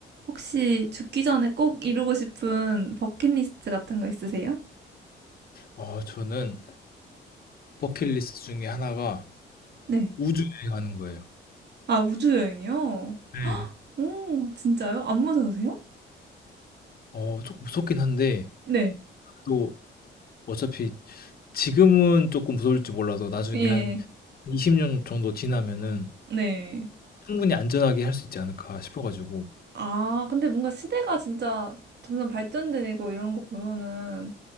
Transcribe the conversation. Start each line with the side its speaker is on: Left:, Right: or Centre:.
Right: 혹시 죽기 전에 꼭 이루고 싶은 버킷리스트 같은 거 있으세요?
Left: 어, 저는 버킷리스트 중에 하나가
Right: 네.
Left: 우주 여행하는 거예요.
Right: 아, 우주 여행이요?
Left: 네.
Right: 오, 진짜요? 안 무서우세요?
Left: 어, 조금 무섭긴 한데,
Right: 네.
Left: 또 어차피 지금은 조금 무서울지 몰라도 나중에
Right: 예.
Left: 한 20년 정도 지나면은
Right: 네.
Left: 충분히 안전하게 할 수 있지 않을까 싶어가지고.
Right: 아, 근데 뭔가 시대가 진짜 점점 발전되고 이런 거 보면은